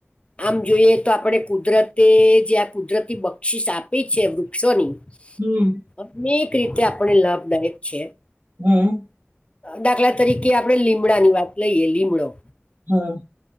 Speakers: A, on the left (about 25°); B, on the right (about 55°).
A: આમ જોઈએ તો આપણે કુદરતે જે આ કુદરતી બક્ષીસ આપી છે વૃક્ષોની
B: હમ.
A: અનેક રીતે આપણે લાભદાયક છે.
B: હમ.
A: દાખલા તરીકે આપડે લીમડા ની વાત લઈએ લીમડો
B: હા